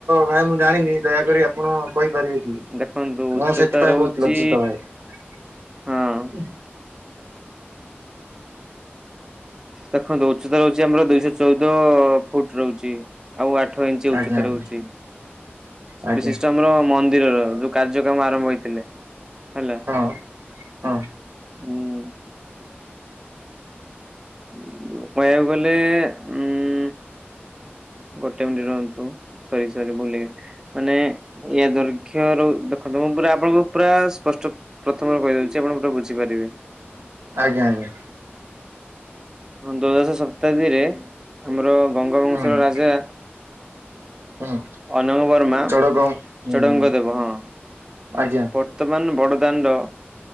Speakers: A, on the right; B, on the right.
A: ଭାଇ ମୁଁ ଜାଣିନି ଦୟାକରି ଆପଣ କହିପାରିବେ କି
B: ଦେଖନ୍ତୁ ଉଚ୍ଚତା
A: ମୁଁ ସେଥିପାଇଁ
B: ରହୁଛି
A: ବହୁତ୍ ଲଜ୍ଜିତ ଭାଇ।
B: ହଁ ଦେଖନ୍ତୁ ଉଚ୍ଚତା ରହୁଛି ଆମର ଦୁଇଶହ ଚଉଦ ଫୁଟ୍ ରହୁଛି। ଆଉ ଆଠ ଇଞ୍ଚ୍ ଉଚ୍ଚତା
A: ଆଜ୍ଞା ଆଜ୍ଞା
B: ରହୁଛି
A: ଆଜ୍ଞା
B: ବିଶିଷ୍ଟ ଆମର‌ ମ ମନ୍ଦିରର ଯୋଉ କାର୍ଯ୍ୟକ୍ରମ ଆରମ୍ଭ ହେଇଥିଲେ। ହେଲା।
A: ହଁ ହଁ।
B: ହୁଁ କହିବାକୁ ଗଲେ ଉଁ ଗୋଟେ ମିନିଟ ରହନ୍ତୁ ସରି ସରି ବୁ ମାନେ ଇ ଦୈର୍ଘ୍ୟ ର ଦେଖନ୍ତୁ ମୁ ପୁରା ଆପଣଙ୍କୁ ପୁରା ସ୍ପଷ୍ଟ ପ୍ରଥମରେ କହିଦିଉଚି ଆପଣ ପୁରା ବୁଝିପାରିବେ।
A: ଆଜ୍ଞା ଆଜ୍ଞା।
B: ଦ୍ଵାଦଶ ଶତାବ୍ଦୀରେ ଆମର ବଙ୍ଗବଂଶର
A: ହୁଁ
B: ରାଜା
A: ହୁଁ
B: ଅନାର୍ବର୍ମା
A: ଚଡ଼କ ହୁଁ
B: ଚୁଡାଙ୍ଗ ଦେବ ହଁ।
A: ଆଜ୍ଞା
B: ବର୍ତ୍ତମାନ ବଡଦାଣ୍ଡ